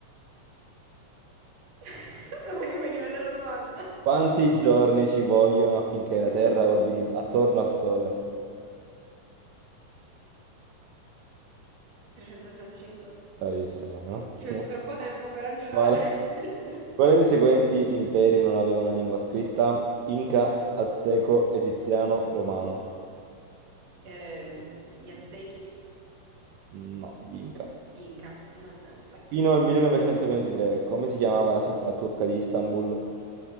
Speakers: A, on the right; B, on the right.
A: Scusami, puoi rivedere la domanda?
B: Quanti giorni ci vogliono affinché la Terra orbiti in- attorno al Sole?
A: 365.
B: Bravissima, no?
A: Ci ho
B: <laughs>
A: messo troppo tempo per ragionare.
B: No, male. Quali
A: <laughs>
B: dei seguenti imperi non avevano lingua scritta? Inca, Azteco, Egiziano, Romano.
A: Ehm, gli Aztechi?
B: No, gli Inca.
A: Gli Inca? Mannaggia.
B: Fino al 1923, come si chiamava la città turca di Istanbul?